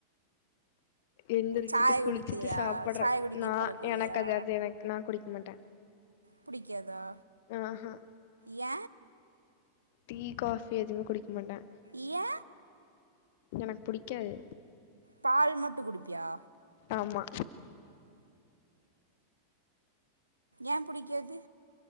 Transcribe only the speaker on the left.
எந்திரிச்சிட்டு
குளிச்சிட்டு
சாப்படுறே
நா
எனக்கதாது
அது எனக்கு நன் குளிக்மாட்டே
அவஹா
டீ காஃபி எதுவு குடிக்மாட்ட
எனக் புடிக்காது
ஆம்மா